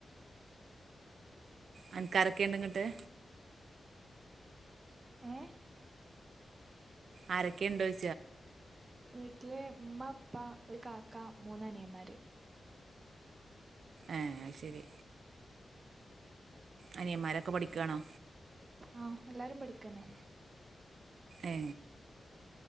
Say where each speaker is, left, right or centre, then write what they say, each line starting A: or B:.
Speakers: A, on the right; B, on the right.
A: അനക്കാരൊക്കെണ്ട് ഇങ്ങട്ട്
B: ഏ
A: ആരൊക്കെ ഇണ്ടോയ്
B: വീട്ടില്മ്മ ഉപ്പ ഒരു കാക്ക മൂന്നാനിയന്മാര്.
A: ആ ശരി. അനിയന്മാരൊക്കെ പഠിക്കാണോ?
B: ആഹ എല്ലാരും പഠിക്കന്നെ
A: ഏ